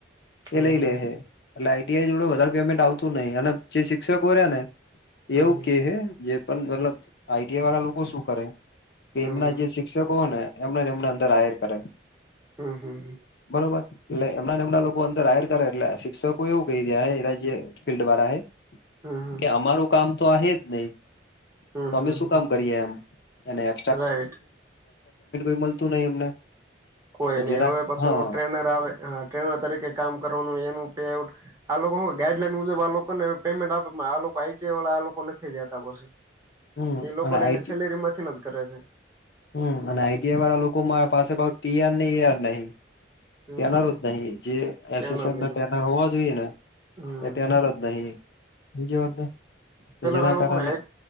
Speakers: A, on the right (about 15°); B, on the left (about 55°).
A: હમ
B: એ લઈ લે હ એટલે આઈટીઆઈ જોડે વધારે પેમેન્ટ આવતું નઈ અને જે શિક્ષકો રે ને.
A: હમ
B: એવું
A: હમ
B: કે જે મતલબ આઈટી વાળ લોકો શું કરે? કે
A: હમ
B: એમના જે શિક્ષકો હોય ને એમને એમને અંદર હાયર કરે
A: હમ હમ હમ
B: બરોબર. એટલે એમના એમના લોકો અંદર હાયર કરે એટલે શિક્ષકો એવું કહી રહ્યા હ રાજ્ય ફિલ્ડ વાળા હે.
A: હમ
B: કે અમારું કામ તો હેજ નઈ
A: હમ
B: તો
A: હમ
B: અમે શું કામ અને
A: હમ રાઈટ
B: મલતું નઈ એમને.
A: કોઈ
B: તો
A: નઈ
B: જેના
A: હવે પછી
B: હા
A: ટ્રેનર આવે ટ્રેનર તરીકે કામ કરવાનું એનું પે આઉટ આ લોકો હ ગાઈડલાઈન મુજબ આ લોકોને પેમેન્ટ આપે આ લોકો આઈટી વાળા આ લોકો નથી જતા પછી.
B: હમ
A: એ લોકોને
B: અને આઈટી
A: એની સેલેરી માંથી ન જ કરે છે.
B: હમ અને આઈટીઆઈ વાળા લોકો મારા પાસે ટીઆર ને એઆર નહ
A: હમ
B: ટ્રેનરો જ નહી જે
A: ટ્રેનરની
B: એસોસિયાસન ટેનર હોવા જોઈએ ને
A: હમ
B: એ ટ્રેનર જ નહી સમજ્યા વાત ને.
A: પેલા
B: જેના
A: તો આ લોકોને
B: કારણે